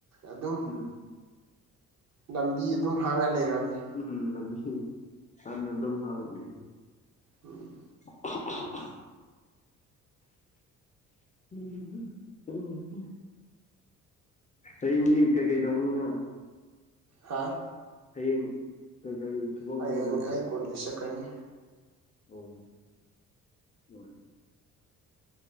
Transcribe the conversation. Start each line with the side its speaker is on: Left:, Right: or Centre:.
Right: ꯑꯗꯨꯝ
Left: ꯎꯝ
Right: ꯂꯝꯕꯤ ꯑꯗꯨꯝ ꯍꯥꯡꯉ ꯂꯩꯔꯝꯅꯤ
Left: ꯎꯝꯍꯨꯝ ꯂꯝꯕꯤ ꯁꯅ ꯑꯗꯨꯝ ꯍꯥꯡꯉꯥ ꯂꯩ
Right: ꯎꯝ
Left: <unintelligible> ꯎꯝ ꯍꯨꯝ ꯍꯌꯦꯡꯗꯤ ꯀꯩꯀꯩ ꯇꯧꯅꯤꯅ
Right: ꯍꯥꯥ
Left: ꯍꯌꯦꯡ ꯀꯩꯀꯩ ꯊꯕꯛꯀꯨꯝꯕ
Right: ꯍꯌꯦꯡ
Left: ꯂꯩꯕ꯭ꯔꯣ
Right: ꯑꯩ ꯀꯣꯂꯦꯖ ꯆꯠꯀꯅꯤ
Left: ꯑꯣꯝ ꯑꯣꯏ